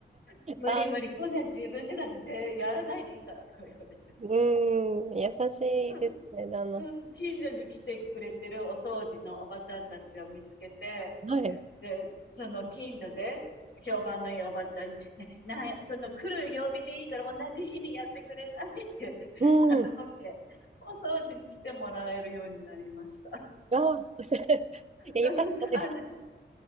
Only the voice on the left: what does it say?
無理無理、
こんな自分でなんてやらないでいいからとか言われて。
<laughs>
うん、近所に来てくれてるお掃除のおばちゃんたちを見つけて、
で、その近所で評判のいいおばちゃんに、ね、なんや、その来る曜日でいいから同じ日にやってくれないって
<laughs> 頼んで、お掃除に来てもらえるようになりました。
<laughs>
あの、